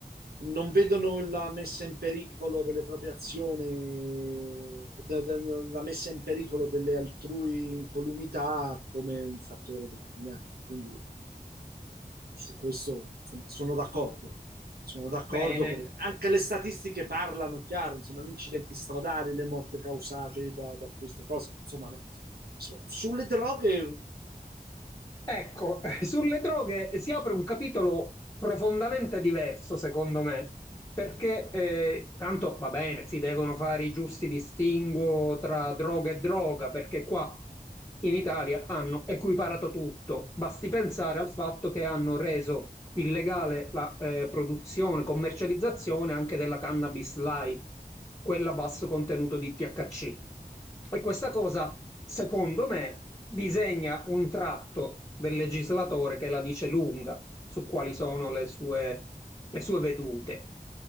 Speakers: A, on the right (about 85°); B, on the left (about 20°).
A: non vedono la messa in pericolo delle proprie azioni, da- da- la messa in pericolo delle altrui incolumità come un fattore determinante. Quindi su questo, insomma, sono d'accordo. Sono d'accordo
B: Bene,
A: perché anche le statistiche parlano chiaro, insomma, gli incidenti stradali, le morte causate da, da queste cose, insomma, no. Su- sulle droghe,
B: Ecco, <laughs> eh, sulle droghe si apre un capitolo profondamente diverso, secondo me, perché eh, tanto va bene, si devono fare i giusti distinguo tra droga e droga, perché qua in Italia hanno equiparato tutto. Basti pensare al fatto che hanno reso illegale la eh, produzione, commercializzazione anche della cannabis light, quella a basso contenuto di THC. E questa cosa, secondo me, disegna un tratto del legislatore che la dice lunga su quali sono le sue, le sue vedute.